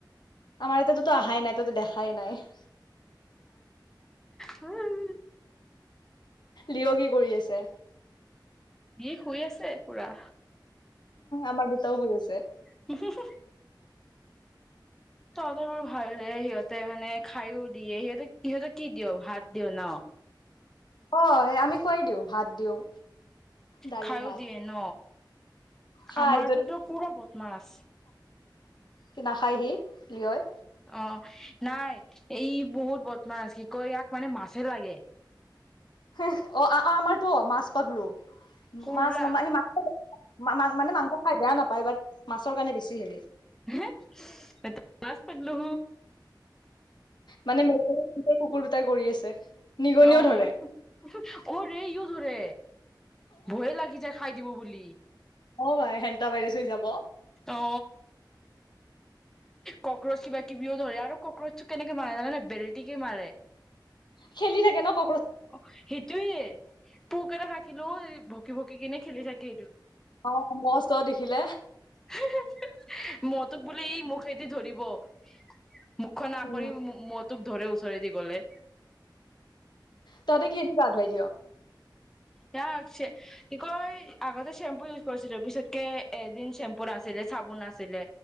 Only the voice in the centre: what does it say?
উম
ই শুই আছে পুৰা
হুম হুম তহঁতৰ বৰ ভাল দেই সিহঁত তই মানে খায়ো দিয়ে সিহঁতে সিহঁতে কি দিয় ভাত দিওঁ ন
খাইয়ো
দিয়ে ন
আমাৰটোটো পুৰা বদমাছ
অ নাই এই বহুত বদমাছ কি কয় ইয়াক মানে মাছে লাগে
পুৰা
হ এ মাছ পাগলো
অ অ
ৰে ইও ধৰে ভয়ে লাগি যায় খাই দিব বুলি বি
অ কক্ৰচ কিবা কিবিও ধৰে আৰু কক্ৰচটো কেনেকে মাৰে জানে ন বেলটিমাৰি ধৰে
অ সেইটোৱে পোক এটা থাকে থাকিলো ভকি ভকি কিনে খেলি থাকে
<unintelligible> মতুক বুলে ই মুখে দি ধৰিব ৱ <unintelligible> ণা
কৰি ম <unintelligible> তোক ধৰে ওচৰে দি গ'লে
<unintelligible> কি কয় আগতে চেম্পু ইউজ কৰিছিলো পিছতকে এদিন চেম্পু নাছিলে চাবোন আছিলে